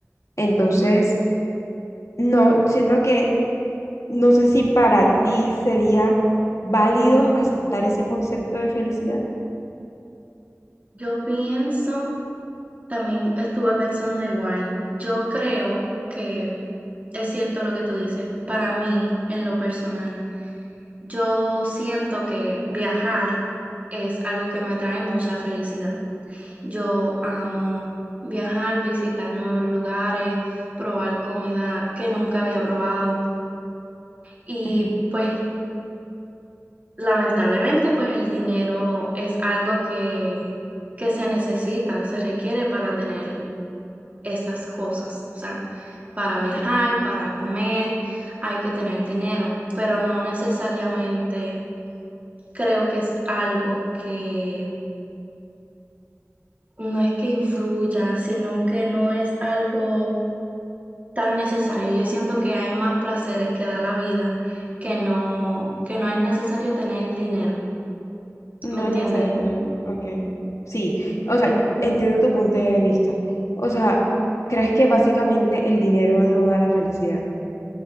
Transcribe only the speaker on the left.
Entonces, no, siento que no sé si para ti sería válido aceptar ese concepto de felicidad.
Ujú,
Ok,
ok.
No
es necesario tener, ok. Sí, o sea, entiendo tu punto de vista. O sea, ¿crees que básicamente el dinero no da la felicidad?